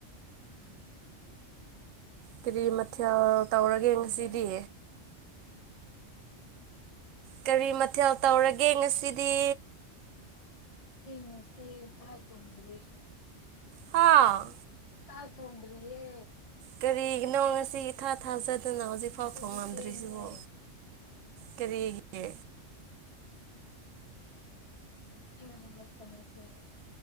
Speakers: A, on the left; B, on the right.
A: ꯎꯝ
B: ꯀꯔꯤ ꯃꯊꯦꯜ ꯇꯧꯔꯒꯦ
A: ꯆꯥꯛ ꯊꯣꯡꯉꯦ
B: ꯉꯁꯤꯗꯤ ꯀꯔꯤ ꯃꯊꯦꯜ ꯇꯧꯔꯒꯦ ꯉꯁꯤꯗꯤ
A: ꯃꯤꯟꯅꯁꯦꯗ ꯇꯣꯟꯔꯤ
B: ꯍꯥꯥ
A: ꯌꯥ ꯁꯣꯗꯔꯤꯌꯦ
B: ꯀꯔꯤꯒꯤꯅꯣ ꯉꯁꯤ ꯏꯊꯥ ꯊꯥꯖꯗꯅ ꯍꯧꯖꯤꯛꯐꯥꯎ
A: ꯉꯁꯤꯗꯤ
B: ꯊꯣꯡꯉꯝꯗ꯭ꯔꯤꯁꯤꯕꯣ
A: ꯊꯦꯡꯉꯦ
B: ꯀꯔꯤꯦꯒꯤ
A: ꯏꯅꯍꯃ ꯐꯣꯅꯦꯁꯦ